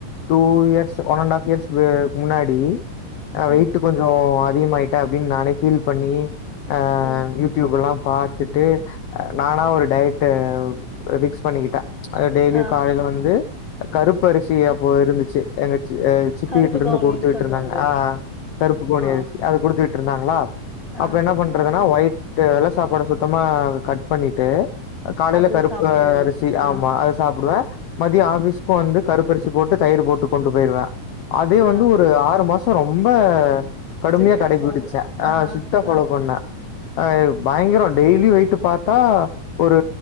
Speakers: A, on the left; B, on the left.
A: two years one and half years ம் முன்னாடி வெயிட்
B: ம்,
A: கொஞ்சோ அதிகாமாயிட்ட அப்டின்னு நானே பீல் பண்ணி ஆ
B: ம்
A: யூடியூப் எல்லா பாத்துட்டு நானா ஒரு டயட்ட ஃபிக்ஸ் பண்ணிக்கிட்ட அ டெய்லியு
B: ஆ
A: காலையில வந்து கருப்பு அரிசி அப்போ இருந்துச்சு எங்க ச அ சித்தி
B: கருப்பு
A: வீட்டுல இருந்து
B: கவுனின்னு
A: கொடுத்து விட்டு
B: சொல்லுவாங்க.
A: இருந்தாங்க ஆ கருப்பு கோணி
B: ஆ,
A: அரிசி அது கொடுத்துக்கிட்டு இருந்தாங்களா
B: ஆ.
A: அப்ப என்ன பண்றதுன்னா ஒயிட்டு வெல்ல சாப்பாட சுத்தமா கட் பண்ணிட்டு காலையில
B: அது
A: கருப்பு
B: சாப்பிடுவேன்.
A: அரிசி
B: ஆ,
A: ஆமா சாப்டுவ மதியோ ஆஃபிஸ்க்கு வந்து கருப்பு அரிசி போட்டு தயிர் போட்டு கொண்டு போயிருவ அதயு
B: ஆ.
A: வந்து ஒரு ஆறு மாசோ ரொம்ப கடுமையா
B: ஸ்ட்ரிக்டா
A: கடைப்பிடிச்சே
B: ஃபாலோ
A: ஆ ஸ்டிரிட்டா ஃபாலோ
B: ஆ
A: பண்ணே ஆ பயங்கர டெய்லி வெயிட்டு பாத்தா ஒரு